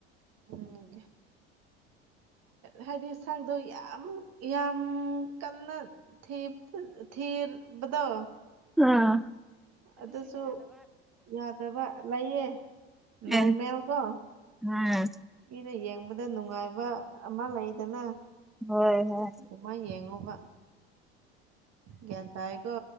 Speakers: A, on the right; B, in the centre.
A: ꯎꯝ ꯍꯥꯏꯗꯤ ꯁꯥꯛꯗꯣ ꯌꯥꯝ ꯌꯥꯝ ꯀꯟꯅ ꯊꯤ ꯊꯤꯔ ꯊꯤꯕꯗꯣ
B: ꯑꯥꯝ
A: ꯑꯗꯨꯁꯨ ꯌꯥꯗꯕ ꯂꯩꯌꯦ ꯅꯣꯔꯃꯦꯜꯀꯣ
B: ꯑꯦ ꯎꯝ
A: ꯃꯤꯅ ꯌꯦꯡꯕꯗ ꯅꯨꯡꯉꯥꯏꯕ ꯑꯃ ꯂꯩꯗꯅ
B: ꯍꯣꯏ ꯍꯣꯏ
A: ꯑꯗꯨꯃꯥꯏꯅ ꯌꯦꯡꯉꯨꯕ ꯒ꯭ꯌꯥꯟ ꯇꯥꯏꯀꯣ